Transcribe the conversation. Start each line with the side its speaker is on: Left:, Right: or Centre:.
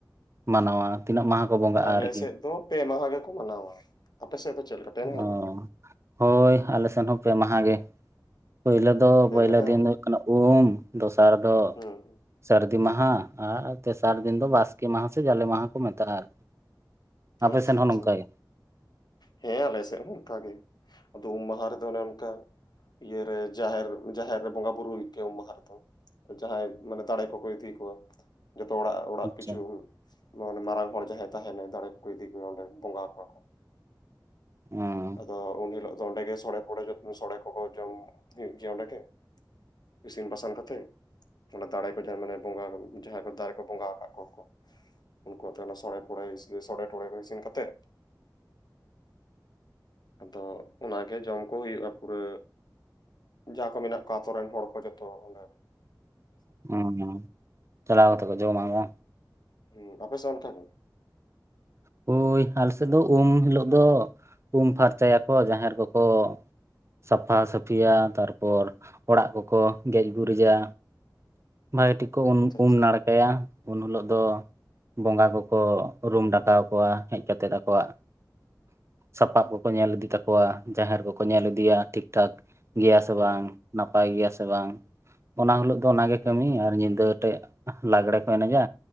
Right: ᱢᱟᱱᱟᱣᱟ, ᱛᱤᱱᱟᱹᱜ ᱢᱟᱦᱟ ᱠᱚ ᱵᱚᱸᱜᱟᱜᱼᱟ
Left: ᱟᱞᱮ
Right: ᱟᱨᱠᱤ?
Left: ᱥᱮᱫ ᱫᱚ ᱯᱮ ᱢᱟᱦᱟ ᱜᱮᱠᱚ ᱢᱟᱱᱟᱣᱟ ᱟᱯᱮ ᱥᱮᱫ ᱫᱚ ᱪᱮᱫ ᱞᱮᱠᱟ? ᱯᱮ ᱢᱟᱦᱟ
Right: ᱚ
Left: ᱜᱮ
Right: ᱦᱳᱭ, ᱟᱞᱮ ᱥᱮᱱ ᱦᱚᱸ ᱯᱮ ᱢᱟᱦᱟ ᱜᱮ᱾ ᱯᱳᱭᱞᱳ ᱫᱚ
Left: ᱯᱮ
Right: ᱯᱳᱭᱞᱳ
Left: ᱢᱟᱦᱟ
Right: ᱫᱤᱱ ᱫᱚ ᱦᱩᱭᱩᱜ ᱠᱟᱱᱟ ᱩᱢ, ᱫᱚᱥᱟᱨ ᱫᱚ
Left: ᱦᱩᱸ
Right: ᱥᱟᱹᱨᱫᱤ ᱢᱟᱦᱟ, ᱟᱨ ᱛᱮᱥᱟᱨ ᱫᱤᱱ ᱫᱚ ᱵᱟᱥᱠᱮ ᱢᱟᱦᱟ ᱥᱮ ᱡᱟᱞᱮ ᱢᱟᱦᱟ ᱠᱚ ᱢᱮᱛᱟᱜᱼᱟ ᱟᱨᱠᱤ᱾ ᱟᱯᱮ
Left: ᱟᱪᱪᱷᱟ
Right: ᱥᱮᱱ
Left: ᱟᱪᱪᱷᱟ᱾
Right: ᱦᱚᱸ ᱱᱚᱝᱠᱟ ᱜᱮ
Left: ᱦᱮᱸ ᱟᱞᱮ ᱥᱮᱫ ᱦᱚᱸ ᱚᱱᱠᱟᱜᱮ᱾ ᱟᱫᱚ ᱩᱢ ᱢᱟᱦᱟ ᱨᱮᱫᱚ ᱚᱱᱮ ᱚᱱᱠᱟ ᱤᱭᱟᱹᱨᱮ ᱡᱟᱦᱮᱨ ᱡᱟᱦᱮᱨ ᱨᱮ ᱵᱚᱸᱜᱟ ᱵᱩᱨᱩ ᱦᱩᱭᱩᱜ ᱜᱮᱭᱟ ᱩᱢ ᱢᱟᱦᱟ ᱨᱮ ᱫᱚ᱾ ᱡᱟᱦᱟᱸᱭ ᱢᱟᱱᱮ ᱫᱟᱲᱮ ᱠᱚᱠᱚ ᱤᱫᱤ ᱠᱚᱣᱟ ᱡᱚᱛᱚ ᱦᱚᱲᱟᱜ ᱚᱲᱟᱜ
Right: ᱟᱪᱪᱷᱟ
Left: ᱯᱤᱪᱷᱩ ᱢᱮ ᱢᱟᱨᱟᱝ ᱦᱚᱲ ᱡᱟᱦᱟᱸᱭ ᱛᱟᱦᱮᱱᱟᱭ ᱫᱟᱨᱮ ᱠᱚ ᱤᱫᱤ ᱠᱚᱭᱟ ᱚᱸᱰᱮ ᱵᱚᱸᱜᱟ ᱠᱚᱣᱟ ᱠᱚ
Right: ᱚᱻ
Left: ᱟᱫᱚ ᱩᱱ ᱦᱤᱞᱳᱜ ᱫᱚ ᱚᱸᱰᱮ ᱜᱮ ᱥᱚᱲᱮ ᱯᱷᱚᱲᱮ ᱡᱚ ᱡᱚᱢ ᱦᱩᱭᱩᱜ ᱜᱮᱭᱟ ᱚᱸᱰᱮ ᱜᱮ᱾ ᱤᱥᱤᱱ ᱵᱟᱥᱟᱝ ᱠᱟᱛᱮᱫ᱾ ᱚᱸᱵᱮ ᱫᱟᱲᱮ ᱠᱚ ᱡᱟᱦᱟᱸ ᱢᱟᱱᱮ ᱵᱚᱸᱜᱟ ᱡᱟᱦᱟᱸᱭ ᱠᱚ ᱫᱟᱨᱮ ᱠᱚ ᱵᱚᱸᱜᱟ ᱟᱠᱟᱫ ᱠᱚᱣᱟ ᱠᱚ᱾ ᱩᱱᱠᱩ ᱟᱛᱮ ᱥᱚᱲᱮ ᱯᱷᱚᱲᱮ ᱥᱚᱲᱮᱴᱚᱲᱮ ᱤᱥᱤᱱ ᱠᱟᱛᱮᱫ᱾ ᱟᱫᱚ ᱚᱱᱟᱜᱮ ᱡᱚᱢᱠᱚ ᱦᱩᱭᱩᱜᱼᱟ ᱯᱩᱨᱟᱹᱼᱼ ᱡᱟᱦᱟᱸ ᱠᱚ ᱢᱮᱱᱟᱜ ᱠᱚᱣᱟ ᱟᱛᱳ ᱨᱮᱱ ᱦᱚᱲ ᱠᱚ ᱡᱚᱛᱚ ᱚᱸᱰᱮ
Right: ᱦᱩᱸ ᱦᱩᱸ ᱪᱟᱞᱟᱣ ᱠᱟᱛᱮ ᱠᱚ ᱡᱚᱢᱟ ᱵᱟᱝ,
Left: ᱦᱮᱸ ᱟᱯᱮᱥᱮᱫ ᱚᱱᱛᱮ ᱦᱚᱸ
Right: ᱦᱳᱭ ᱟᱞᱮ ᱥᱮᱫ ᱫᱚ ᱩᱢ ᱦᱤᱞᱳᱜ ᱫᱚ, ᱩᱢ ᱯᱷᱟᱨᱪᱟᱭᱟᱠᱚ ᱡᱟᱦᱮᱨ ᱠᱚᱠᱚ᱾ ᱥᱟᱯᱷᱟ ᱥᱟᱹᱯᱷᱤᱭᱟ ᱛᱟᱨᱯᱚᱨ ᱚᱲᱟᱜ ᱠᱚᱠᱚ ᱜᱮᱡ ᱜᱩᱨᱤᱡᱟ᱾ ᱵᱷᱟᱜᱮ ᱴᱷᱤᱠ ᱠᱚ
Left: ᱟᱪᱪᱷᱟ
Right: ᱩᱢ
Left: ᱟᱪᱪᱷᱟ
Right: ᱱᱟᱲᱠᱟᱭᱟ ᱩᱱ ᱦᱤᱞᱳᱜ ᱫᱚ ᱵᱚᱸᱜᱟ ᱠᱚᱠᱚᱼᱼ ᱨᱩᱢ ᱰᱟᱠᱟᱣ ᱠᱚᱣᱟ ᱦᱮᱡ ᱠᱟᱛᱮᱫ ᱟᱠᱚᱣᱟᱜᱼᱼ ᱥᱟᱯᱟᱯ ᱠᱚᱠᱚ ᱧᱮᱞ ᱤᱫᱤ ᱛᱟᱠᱚᱣᱟ ᱡᱟᱦᱮᱨ ᱠᱚᱠᱚ ᱧᱮᱞ ᱤᱫᱤᱭᱟ ᱴᱷᱤᱠᱴᱷᱟᱠᱼᱼ ᱜᱮᱭᱟ ᱥᱮ
Left: ᱚ
Right: ᱵᱟᱝ ᱱᱟᱯᱟᱭ ᱜᱮᱭᱟ ᱥᱮ ᱵᱟᱝ ᱚᱱᱟ ᱦᱤᱞᱳᱜ ᱫᱚ ᱚᱱᱟᱜᱮ
Left: ᱦᱩᱸ
Right: ᱠᱟᱹᱢᱤ ᱟᱨ ᱧᱤᱫᱟᱹ ᱴᱮᱡᱼᱼ ᱞᱟᱸᱟᱜᱽᱲᱮ ᱠᱚ ᱮᱱᱮᱡᱟ